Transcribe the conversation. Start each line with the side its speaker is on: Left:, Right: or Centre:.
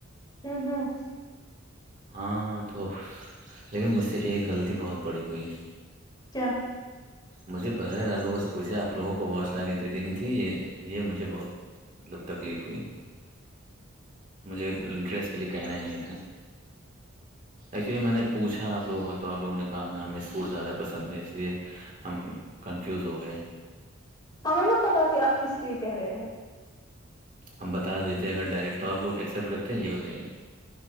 Left: ہوں ہوں
Right: ہاں تو لیکن مجھ سے ایک غلطی بہت بڑی ہوئی
Left: کیا
Right: مجھے بغیر آ لوگوں سےوچھے آپ لوگوں کو واش لا کے دےینی تھی یہ یہ مجھے بہت مطلب تکلیف ہوئی مجھے ڈریس کے لے کہنا ہی نہیں تھا ایکچولی میں نے پوھا آ لوگوں کو تو آپوگوں نے کہ نا ہمیں فوڈ زیادہ پسند ہے اس لیے ہم کنفیوز ہو گئے
Left: ہمیں نہا پتا س آپ کس لیے کہہ رہے ہیں
Right: ہم بتا دیتے ہیں اگر ڈائریکٹ تو آپ لوگ ایکسیپٹ کرتے ہیں یہ بتائیے